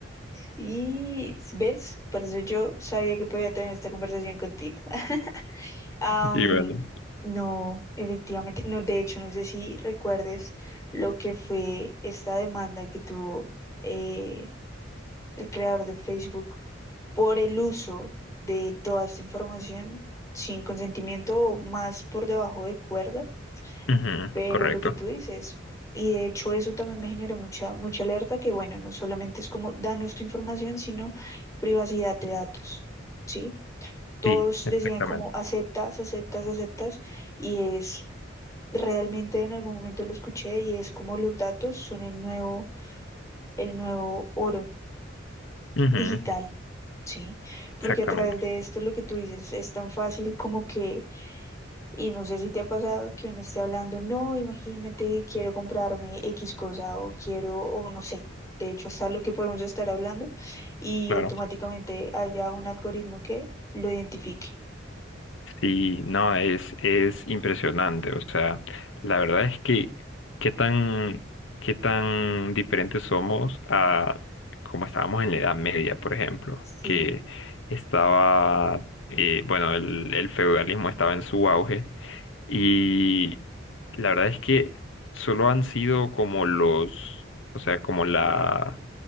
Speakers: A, on the left; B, on the left.
A: Y ves, por eso yo sabía que podía tener esta conversación contigo. <laughs> Am,
B: Y bueno.
A: no, efectivamente, no, de hecho, no sé si recuerdes lo que fue esta demanda que tuvo eh, el creador de Facebook por el uso de toda esta información sin consentimiento o más por debajo de cuerda.
B: Ujú,
A: Pero
B: correcto.
A: lo que tú dices, y de hecho eso también me generó mucha, mucha alerta, que bueno, no solamente es como danos tu información, sino privacidad de datos, ¿sí? Todos
B: Sí, exactamente.
A: decían como aceptas, aceptas, aceptas, y es realmente en algún momento lo escuché y es como los datos son el nuevo, el nuevo oro
B: Ujú,
A: digital, ¿sí? Porque
B: exactamente.
A: a través de esto lo que tú dices es tan fácil como que Y no sé si te ha pasado que uno esté hablando, no, imagínate, quiero comprarme X cosa o quiero, o no sé, de hecho hasta lo que podemos estar hablando y
B: Claro.
A: automáticamente haya un algoritmo que lo identifique.
B: Sí, no, es, es impresionante. O sea, la verdad es que qué tan, qué tan diferentes somos a como estábamos en la Edad Media, por ejemplo,
A: Sí,
B: que estaba, eh, bueno, el, el feudalismo estaba en su auge y la verdad es que solo han sido como los, o sea, como la,